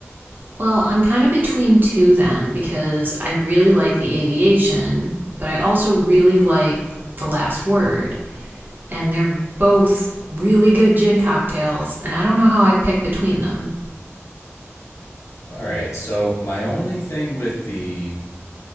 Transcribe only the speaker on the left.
All right. So my only thing with the